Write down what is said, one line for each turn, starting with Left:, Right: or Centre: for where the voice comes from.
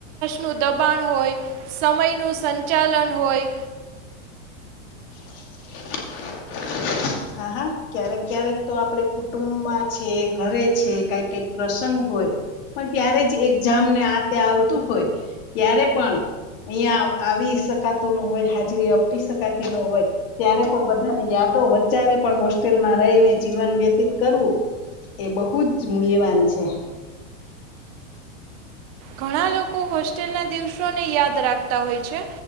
Right: નું દબાણ હોય, સમયનું સંચાલન હોય.
Left: <unintelligible> હા હા, ક્યારેક ક્યારેક તો આપણે કુટુંબમાં છે, ઘરે છે, કંઈ કંઈ પ્રસંગ હોય, પણ ત્યારે જ એ જામને આતે આવતું હોય, ત્યારે પણ અહીં આવી શકાતું ન હોય, હાજરી આપી શકાતી ન હોય, ત્યારે પણ બધાને યાદો બિચારે પણ હોસ્ટેલમાં રહીને જીવન વ્યતીત કરવું, એ બહુ જ મૂલ્યવાન છે.
Right: ઘણા લોકો હોસ્ટેલના દિવસોને યાદ રાખતા હોય છે,